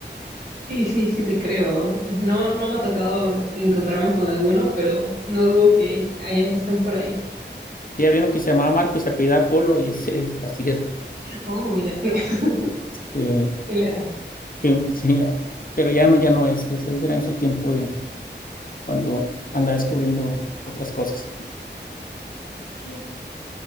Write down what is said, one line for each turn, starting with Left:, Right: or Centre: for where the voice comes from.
Right: Sí, sí, sí, te creo. No, no me ha tocado encontrarme con alguno, pero no dudo que es- hayan- estén por ahí.
Left: Sí, había uno que se llamaba Marco y se apellidaba Polo y ese así era.
Right: Oh, mira, <laughs>
Left: Eh,
Right: él era.
Left: que- sí, pero ya no, ya no es. Ese era en su tiempo de cuando anda descubriendo otras cosas.
Right: Ok.